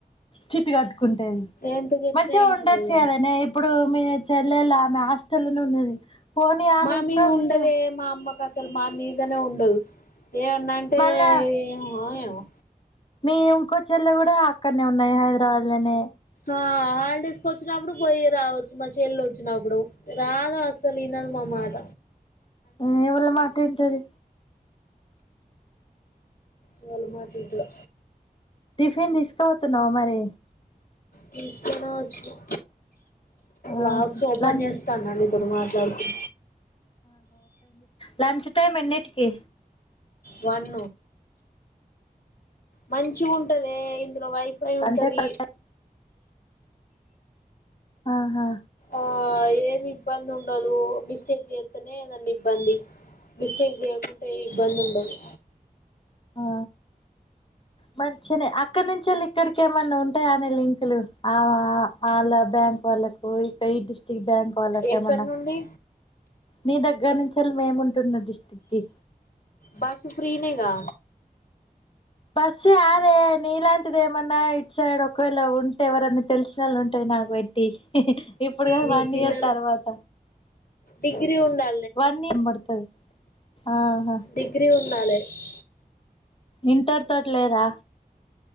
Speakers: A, on the left; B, on the left.
A: చిట్ కట్టుకుంటేది
B: ఎంత చెప్పినా
A: మంచిగా
B: ఇంటలేదు
A: ఉండొచ్చు కదనే ఇప్పుడు మీ చెల్లెలు ఆమె హస్టల్ ఉన్నది పోనీ ఆమె
B: మా
A: ఇంటికాడ
B: మీద ఉండదే
A: ఉంటదా
B: మా అమ్మకు అసలు మామీదనే ఉండదు ఏమన్నాంటే
A: మళ్ళా
B: ఏమో ఏమో
A: మీ ఇంకో చెల్లె కూడా అక్కడనే ఉన్నాయి హైదరాబాద్ లోనే
B: ఆ హాలిడేస్ కు వచ్చినప్పుడు పోయి రావచ్చు మ చెల్లు వచ్చినప్పుడు రాద అసలు ఇన్నది మా మాట
A: ఆ ఇవళ మాటంటది
B: ఎవరిలో మాట వింటదో
A: టిఫిన్ తీసుకు వతున్నా మరి
B: తీసుకొనివచ్చాను
A: ఆ
B: లాక్స్ ఓపెన్
A: లంచ్
B: చేస్తానండి మీ ఇతోడు మాట్లాడుతూ
A: లంచ టైం ఎన్నిటికి
B: వన్ మంచిగుంటది ఇందులో వైఫై ఉంటది
A: అంటే కరెక్ట్ ఆహా
B: ఆ ఏమి ఇబ్బంది ఉండదు మిస్టేక్ చేస్తేనే ఏదన్ని ఇబ్బంది మిస్టేక్ చేయకుంటే ఏ ఇబ్బంది ఉండదు
A: ఆ మంచినే అక్కడి నుంచి వాళ్ళు ఇక్కడికి ఏమన్నా ఉంటా అంటే అనే లింకులు వాళ్ళ బ్యాంక్ వాళ్ళకు ఇ ఈ డిస్టిరిక్ బ్యాంక్ వాళ్ళక
B: ఎక్కడ
A: ఏమన్నా
B: నుండి
A: నీ దగ్గర నుంచి మేము ఉంటున్న స్టికి
B: బస్సు ఫ్రీనేగా
A: బస్సు ఆదే నీలాంటిది ఏమన్నా ఇటు సైడ్ ఒకవేళ ఉంటే ఎవరని తెలిసిన వాళ్ళు ఉంటాయి నాకు పెట్టి ఇప్పుడు కాదు
B: మీ
A: వన్
B: పిల్లలు
A: ఇయర్ తర్వాత
B: డిగ్రీ ఉన్నా
A: వన్ ఇయర్ పడుతది ఆహా
B: డిగ్రీ ఉ <unintelligible>
A: ఇంటర్ తోటి లేదా